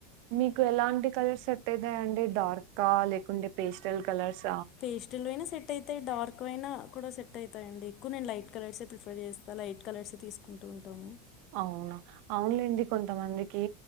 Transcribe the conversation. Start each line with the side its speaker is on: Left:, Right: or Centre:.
Right: మీకు ఎలాంటి కలర్స్ ఎట్టయితా అండి డార్క్ లేకుంటే పేస్టల్ కలర్స్
Left: పేస్ట్లు అయినా సెట్ అయితే డార్క్ అయినా కూడా సెట్ అయితా అడి ఎక్కువ నేను లైట్ కలర్సే ప్రిఫర్ చేస్తా లైట్ కలర్స్ తీసుకుంటూ ఉంటాము
Right: అవునా అవునులేండి కొంతమందికి